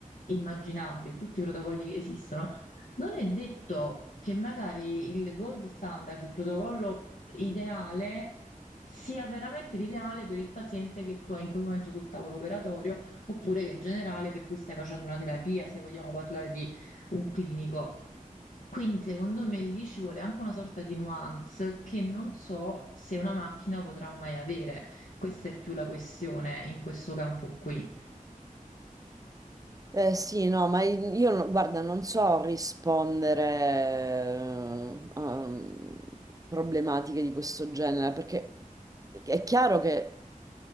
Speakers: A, on the left; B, on the right.
A: immaginabili, tutti i protocolli che esistono, non è detto che magari il gold standard, il protocollo ideale, sia veramente l'ideale per il paziente che tu hai in quel momento sul tavolo operatorio, oppure che in generale per cui stai facendo una terapia, se vogliamo parlare di un clinico. Quindi secondo me lì ci vuole anche una sorta di nuance che non so se una macchina potrà mai avere. Questa è più la questione in questo campo qui.
B: Eh, sì, no, ma i- io, no- guarda, non so rispondere eh, a problematiche di questo genere, perché è chiaro che